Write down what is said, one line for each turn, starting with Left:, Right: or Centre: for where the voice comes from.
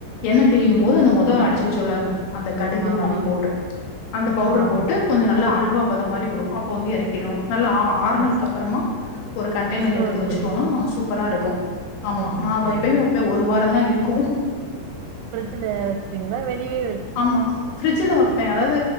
Left: எண்ணெ பிரியும் போது அந்த மொதல்ல அடிச்சு வச்சோல்ல அந்த கடுகு
Right: ஆமா
Left: மல்லி பவுடர் அந்த பவுட்ர
Right: ஆமா
Left: போட்டு கொஞ்சோ நல்லா அல்வா பத மாரி வரு அப்ப வந்து இறக்கிடணு நல்லா ஆறுனதுக்கு
Right: ம்
Left: அப்பறமா ஒரு கண்டெய்னர்ல
Right: ஸ்டோர்
Left: எடுத்து வச்சுட்டோனா
Right: பண்ணி
Left: சூப்பரா இருக்கு ஆமா
Right: சரிங்க
Left: நா
Right: சரிங்க
Left: எப்பமே ஒரு வாரதா இருக்கு
Right: பிரிஃட்ஜ்ல வச்சுட்டீங்ளா வெளியவே
Left: ஆமா பிரிஃட்ஜ்ல வப்பே அதாவது